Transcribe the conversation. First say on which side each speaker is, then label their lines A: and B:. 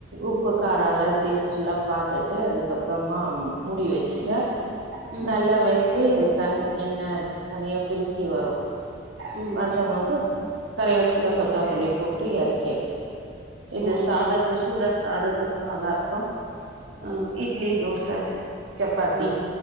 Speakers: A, on the right (about 75°); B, on the right (about 50°).
A: உப்பு காரம் எல்லாம் டேஸ்ட் எல்லாம் பாத்துட்டு அது அப்புறமா மூடி வச்சுட்ட
B: ம் ம்
A: நல்ல வெந்து தன் எண்ண தனியா பிரிச்சு வரும்
B: ம்
A: வந்த போது கருவேப்பில
B: ம்
A: கொத்தமல்லி போட்டு இறக்கி இது
B: ம்
A: சாதத்துக்கு சூடா சாதத்துக்கும்ன்னு நல்லாருக்கும்
B: ஆ
A: இட்லி தோசை சப்பாத்தி
B: ஆ